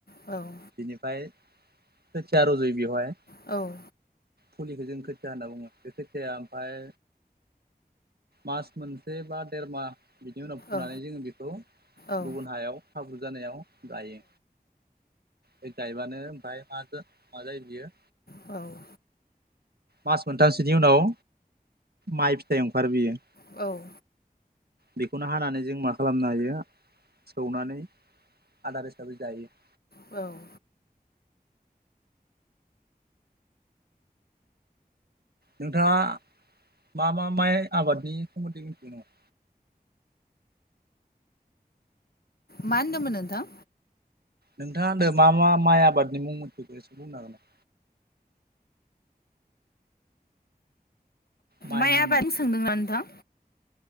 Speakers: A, on the left; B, on the right.
A: औ
B: बिनिफ्राय खोथिया रज'यो बेवहाय
A: औ
B: फुलिखौ जों खोथिया होनना बुङो बे खोथिया ओमफ्राय मास मोनसे बा देर माहा बिनि उनाव फुनानै
A: औ
B: जों बेखौ
A: औ
B: गुबुन हायाव हाब्रु जानायाव गायो बे गायबानो ओमफ्राय मा मा जायो बियो
A: औ
B: मास मोनथामसोनि उनाव माइ फिथाइ ओंखारो बियो
A: औ
B: बेखौनो हानानै जों मा खालामनो हायो सौनानै आदार हिसाबै जायो।
A: औ
B: नोंथाङा मा मा माइ आबादनि सोमोन्दै मिथिगौ नामा?
A: मा होनदोंमोन नोंथां?
B: नोंथाङा होदो मा मा माइ आबादनि मोनथिगो एसे बुंनो हागोन ना हायो नामा? माइनि
A: माइ आबादनि
B: मुं
A: सोंदोंना नोंथां?